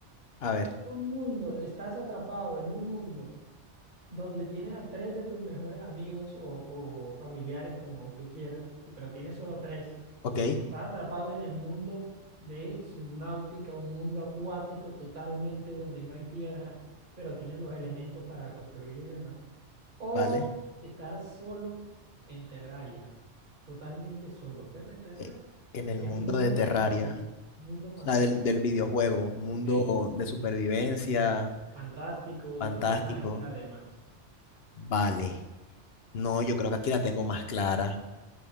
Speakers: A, on the left; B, on the right.
A: A ver,
B: un mundo, estás atrapado en un mundo donde tienes a tres de tus mejores amigos o, o familiares, como tú quieras, pero tienes solo tres.
A: ok,
B: Estás atrapado en el mundo de subnáutica, un mundo acuático totalmente donde no hay tierra, pero tienes los elementos para construir y demás. O
A: vale.
B: estar solo en Terraria, totalmente solo, pero en Terraria,
A: eh, En el
B: que
A: mundo
B: es un mundo
A: de Terraria,
B: fantástico, un mundo fantástico.
A: o sea, del, del videojuego, mundo
B: Sí.
A: de supervivencia,
B: Fantástico,
A: fantástico,
B: de magia, además.
A: vale. No, yo creo que aquí la tengo más clara.